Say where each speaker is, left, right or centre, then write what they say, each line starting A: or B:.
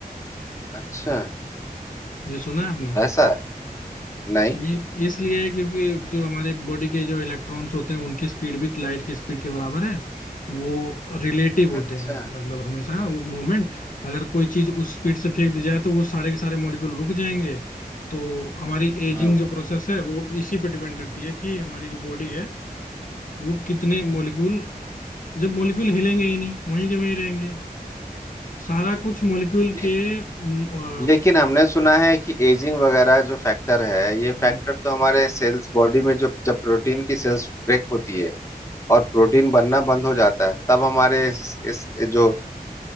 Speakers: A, on the left (about 20°); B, on the left (about 55°).
A: अच्छा
B: ये सुना है आपने
A: ऐसा नहीं
B: ये इसलिए है क्योंकि जो हमारे बॉडी के जो इलेक्ट्रॉन्स होते हैं उनकी स्पीड भी लाइट की स्पीड के बराबर है वो रिलेटिव होते
A: अच्छा
B: हैं मतलब हमेशा वो मोमेंट अगर कोई चीज उस स्पीड से फेंक दी जाए तो वो सारे के सारे मॉलिक्यूल रुक जाएंगे तो हमारी एजिंग
A: हम्म
B: जो प्रोसेस है वो इसी पे डिपेंड करती है कि हमारी जो बॉडी है वो कितने मॉलिक्यूल जब मॉलिक्यूल हिलेंगे ही नहीं वहीं के वहीं रहेंगे सारा कुछ मॉलिक्यूल
A: ये
B: के अम,
A: लेकिन हमने सुना है कि एजिंग वगैरह जो फैक्टर है ये
B: अम,
A: फैक्टर तो हमारे सेल्स बॉडी में जो जब प्रोटीन की सेल्स ब्रेक होती है और प्रोटीन बनना बंद हो जाता है तब हमारे इस, इस जो